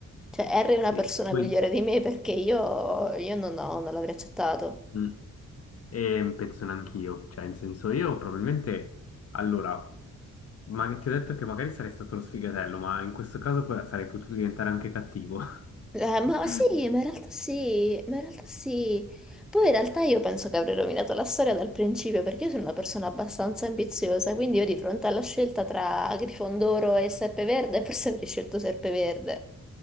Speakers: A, in the centre; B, on the left.
A: Cioè Harry è
B: sì,
A: una persona
B: poi...
A: migliore di me perché io, io non ho- non l'avrei accettato.
B: Mm. E penso neanch'io, cioè, in senso, io probabilmente, allora, ma ti ho detto che magari sarei stato lo sfigatello, ma in questo caso poi sarei potuto diventare anche cattivo.
A: Eh, ma
B: <laughs>
A: sì, ma in realtà sì, ma in realtà sì. Poi in realtà io penso che avrei rovinato la storia dal principio perché io sono una persona abbastanza ambiziosa, quindi io di fronte alla scelta tra Grifondoro e Serpeverde <laughs> forse avrei scelto Serpeverde.